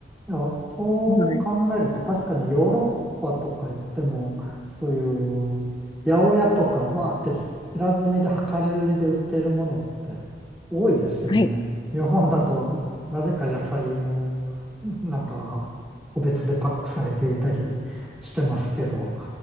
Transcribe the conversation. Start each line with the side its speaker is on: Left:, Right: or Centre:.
Centre: や、そう考えると確かにヨーロッパとか行っても、
Left: い。
Centre: そういう八百屋とかわーって平積みで量り売りで売ってるものって多いですよね。
Left: <laughs> はい。
Centre: 日本だとなぜか野菜もなんか個別でパックされていたりしてますけど、